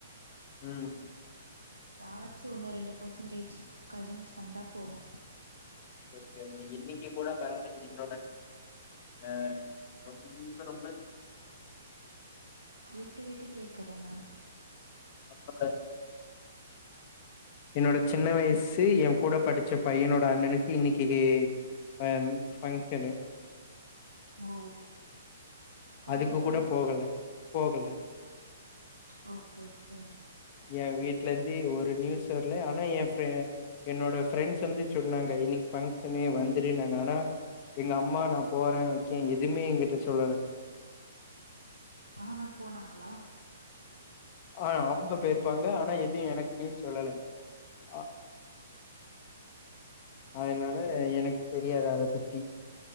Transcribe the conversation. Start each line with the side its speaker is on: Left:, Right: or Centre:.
Left: ம்
Right: எதாச்சு ஒன்னு ரெண்டு பர்சன்டேஜ் கசின்ஸ் வந்தா போவே
Left: ஓகேங்க இன்னைக்கு கூட பாருங்க என்னோட ஆ ரொம்ப ரொம்ப
Right: விட்டு விட்டு கேக்குதுங்க
Left: அப்பப்ப என்னோட சின்ன வயசு ஏ கூட படிச்ச பையனோட அண்ணனுக்கு இன்னைக்கு அ ஃபங்ஷன்னு
Right: ஓ போலையா
Left: அதுக்கு கூட போகல போகல
Right: அ ஓகே ஓகே
Left: எ வீட்லருந்து ஒரு நியூஸ் வரல ஆனா எ ஃப்ரெ என்னோட ஃப்ரெண்ட்ஸ் வந்து சொன்னாங்க இன்னைக்கு ஃபங்க்ஷணு வந்துருனாங்க ஆனா எங்க அம்மா நா போறே வக்கே எதுமே என்கிட்ட சொல்லல
Right: ஆனா போனாங்களா
Left: ஆ அவங்க போயிருப்பாங்க ஆனா எது எனக்கே சொல்லல அ- அதனால எனக்கு தெரியாது அத பத்தி